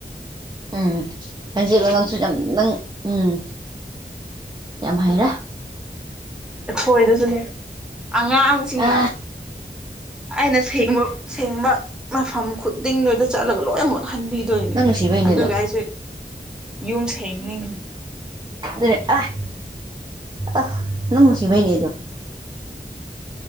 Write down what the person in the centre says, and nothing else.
ꯈꯣꯏꯗꯁꯨꯅꯦ ꯑꯉꯥꯡꯁꯤꯡꯅ
ꯑꯩꯅ ꯁꯦꯡꯕ ꯁꯦꯡꯕ ꯃꯐꯝ ꯈꯨꯗꯤꯡꯗꯨꯗ ꯆꯠꯂꯒ ꯂꯣꯏꯅ ꯃꯣꯠꯍꯟꯕꯤ ꯑꯗꯨꯅꯤ
ꯑꯗꯨꯒ
ꯑꯩꯁꯨ ꯌꯨꯝ ꯁꯦꯡꯅꯤꯡꯗ꯭ꯔꯦ